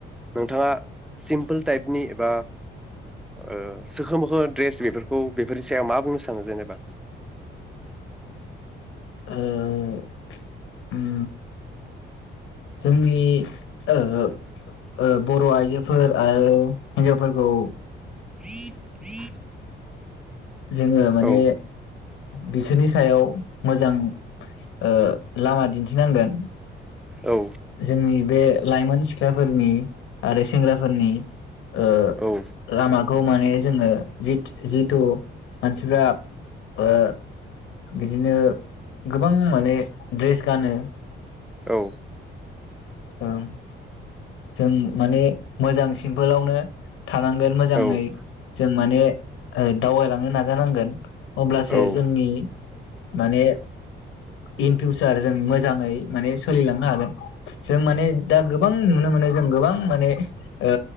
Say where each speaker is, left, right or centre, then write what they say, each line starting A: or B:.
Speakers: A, in the centre; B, on the left.
A: नोंथाङा सिम्पोल टाइपनि एबा ओ सोखो मोखो ड्रेस बेफोरखौ बेफोरनि सायाव मा बुंनो सानो जेनेबा
B: ओ उम जोंनि ओ ओ बर' आइजोफोर आरो हिनजावफोरखौ
A: <inaudible>
B: जोङो माने
A: औ
B: बिसोरनि सायाव मोजां ओ लामा दिन्थिनांगोन
A: औ
B: जोंनि बे लाइमोन सिख्लाफोरनि आरो सेंग्राफोरनि ओ
A: औ
B: लामा खौ माने जोङो जिथ जिथु मानसिफ्रा ओ बिदिनो गोबां माने ड्रेस गानो
A: औ
B: ओं जों माने मोजां सिमपोलावनो थानांगोन मोजाङै
A: औ
B: जों माने ओ दावगायलांनो नाजानांगोन अब्लासो
A: औ
B: जोंनि माने इन फिउसार जों मोजाङै माने सोलिलांनो हागोन जों माने दा गोबां नुनो मोनो जों गोबां माने ओ